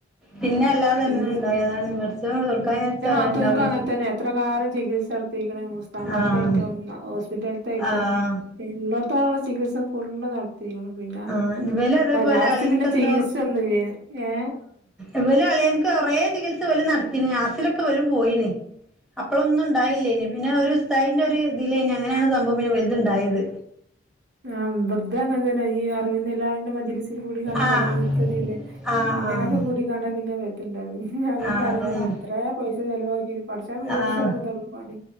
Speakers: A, in the centre; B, on the right (about 65°).
A: പിന്നെ അല്ലാത തന്നെ
B: ഇൻ
A: ഉണ്ടായതാണ്. പടച്ചോൻ കൊർക്കാന്ന് ജാരിച്ച
B: എന്റെ നാത്തൂനിക്കും
A: അണ്ടാവും.
B: അങ്ങനെ തന്നെ എത്ര കാലം ചികിത്സടത്തിയിരിക്കണ് മുസ്താമാബാദായിട്ടും
A: ആഹ്
B: ഹോസ്പിറ്റലത്തെ ആയിട്ടും.
A: ആഹ്
B: ഇല്ലട്ത്തോളള്ള ചികിത്സ ഫുള്ള് നട പി, പിന്ന
A: ആഹ് ഇവല് അതേപോലെ
B: ലാസ്റ്റ്
A: അളിയൻക്കെന്തോ
B: പിന്നെ ചികിത്സൊന്നുല്ലെന് ഏ
A: എവലോളിയൻക്ക്‌ കൊറെ ചികിത്സ ത്ഓല് നടത്തിന് ആസിലൊക്കെ വലും പോയിന് അപ്പളൊന്നും ഇണ്ടായില്ലേന്. പിന്നെ ഒരു സ്ഥൈന്റെ ഒരു ഇതിലേന് അങ്ങനാണ് സംഭവം പിന്നെ വലുതുണ്ടായത്.
B: ആഹ് വ്ടതേം അങ്ങ തന്നെ ഈ അറിവി എലാന്റെ മജിലിസിൽ കൂടി കാണ്ട്
A: ആഹ്
B: മടപുരത്തതില്ലേ
A: ആഹ്
B: അങ്ങനൊക്കെ
A: ആഹ്
B: കൂടിക്കാണ്ടാ പിന്നെ ണ്ട ഞങ്ങള്
A: ആഹ്
B: പറയേം
A: അതന്നെ
B: ചെ ഇത്രേം പൈസ ചെലവാക്കി പടച്ചോൻ വിചാരിച്ചപ്പ
A: ആഹ്
B: എന്തള്ള പാടെ.